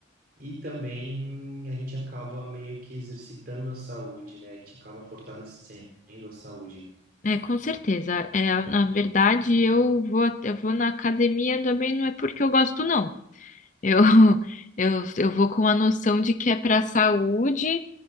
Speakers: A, on the right; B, on the left.
A: e também a gente acaba meio que exercitando a saúde, né? A gente acaba fortalecendo a saúde.
B: É, com certeza. É, na verdade, eu vou, at- eu vou na academia também, não é porque eu gosto, não. Eu, <laughs> eu, eu vou com a noção de que é para saúde